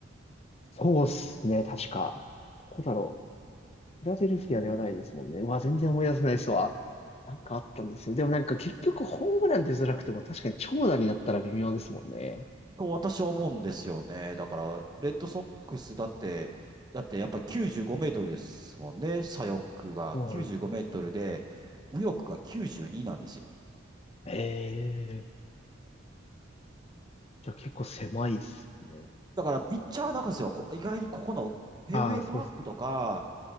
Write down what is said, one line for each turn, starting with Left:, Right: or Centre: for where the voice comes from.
Left: そうっすね、確か。どこだろフィラデルフィアではないですもんね。うわ、全然思い出せないですわ。なんかあったんですよ。でもなんか結局ホームラン出づらくても確かに長打になったら微妙ですもんね。
Right: と私は思うんですよね。だから、レッドソックスだって、だってやっぱ95メートルですもんね。左翼が95メートルで、
Left: そうなんだ
Right: 右翼が92なんですよ。
Left: ええじゃあ結構狭いっすね。
Right: だから、ピッチャー泣かせはこ意外にここのフェンウェイパークとか、
Left: ああ、そうっす。